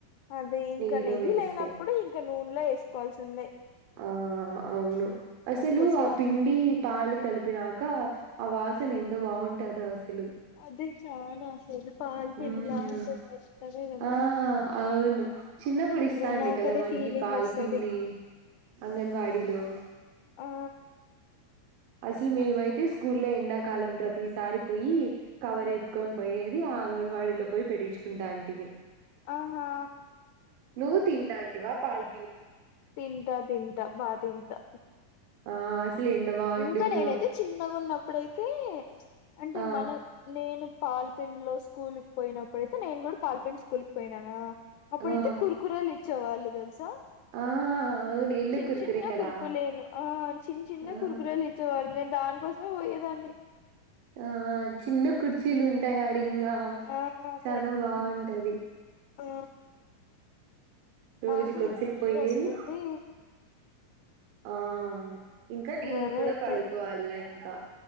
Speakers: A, on the left (about 75°); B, on the right (about 85°).
A: అదే ఇంకా
B: నెయ్యిలో
A: నెయ్యి
B: వేస్తే
A: లేనప్పుడు ఇంక నూనెలో వేసుకోవాల్సి సిందే
B: ఆ అవును అసలు
A: కోసేపు
B: ఆ పిండి పాలు కలిపినాక ఆ వాసన ఎంతో బాగుంటదో అసలు
A: అదే చానా అసలు పాల్ పిండిలా
B: ఉమ్
A: ఉంటది మెత్తగా కదా
B: ఆ అవును చిన్నప్పుడు ఇస్తా
A: అదే
B: అండి
A: నాకు
B: కదా
A: అదే
B: మ
A: ఫీలింగ్
B: ఈపాల్
A: వస్తది
B: పిండి అంగన్వాడిలో
A: ఆ
B: అసలు మేమైతే
A: అట్లే
B: స్కూల్ లో ఎండా కాలం ప్రతిసారి పోయి కవర్ ఎత్తుకొని పోయేది ఆ అంగన్వాడీలో పోయి పెటించుకుంటాంటిమి
A: ఆహా
B: నువ్వు తిటాంటివా పాల్
A: తింటా తింటా బా తింటా
B: ఆ అసలు ఎంత బాగుంటుందో
A: ఇంకా నేనైతే చిన్నగున్నప్పుడు ఇప్పుడైతే అంటే
B: ఆ
A: మన నేను పాల పిండి లో స్కూల్కి పోయినప్పుడుయితే నేను కూడా పాలపిండి స్కూల్ కి పోయినానా అప్పుడైతే
B: ఆ
A: కురకురలు ఇచ్చేవాళ్ళు తెలుసా
B: ఆ అవును ఎల్లో
A: చిన్న
B: కుర్కురే
A: చిన్న
B: కదా
A: కురుకులేను ఆ చిన్న చిన్న
B: ఆ
A: కురుకు లెలు ఇచ్చేవాళ్ళు నేను దాని కోసమే పోయేదాన్ని
B: ఆ చిన్న కుర్చీలు ఉంటాయి ఆడింగా
A: ఆ అదే
B: చాలా బాగుంట టది
A: ఆ
B: రోజుకొచ్చేపు
A: నాకు ఇ నిద్రోస్తుంది
B: పోయేది ఆ ఇంకా నేను
A: సరే
B: కూడా
A: అయితే
B: పడుకోవాల ఇంకా